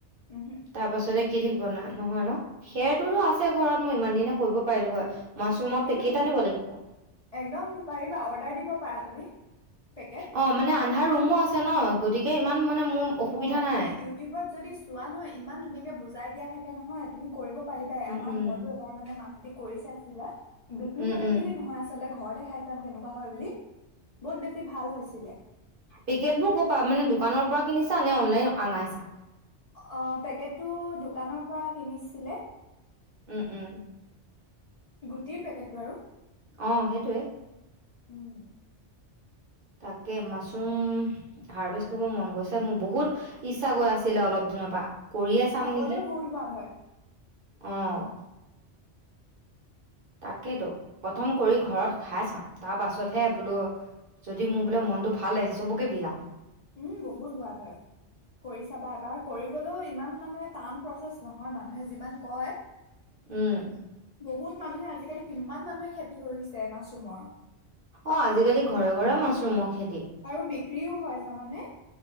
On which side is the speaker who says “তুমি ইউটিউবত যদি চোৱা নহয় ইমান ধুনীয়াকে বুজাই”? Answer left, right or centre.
Left